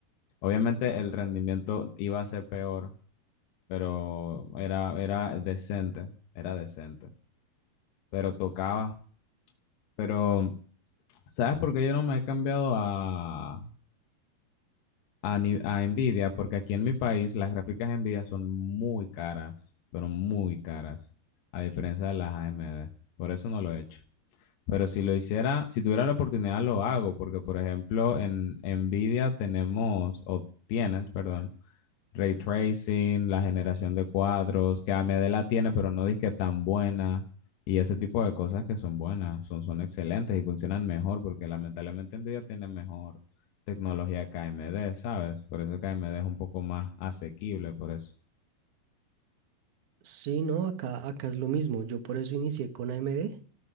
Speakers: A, on the left; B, on the right.
A: Obviamente el rendimiento iba a ser peor, pero era, era decente, era decente, pero tocaba. Pero, ¿sabes por qué yo no me he cambiado a a, ni- a Nvidia, porque aquí en mi país las gráficas Nvidia son muy caras, pero muy caras, a diferencia de las AMD. Por eso no lo he hecho. Pero si lo hiciera, si tuviera la oportunidad, lo hago, porque por ejemplo, en Nvidia tenemos, o tienes, perdón, ray tracing, la generación de cuadros, que AMD la tiene, pero no dice que tan buena. Y ese tipo de cosas que son buenas, son, son excelentes y funcionan mejor, porque lamentablemente Nvidia tiene mejor tecnología que AMD, ¿sabes? Por eso que AMD es un poco más asequible, por eso.
B: Sí, no, acá, acá es lo mismo, yo por eso inicié con AMD,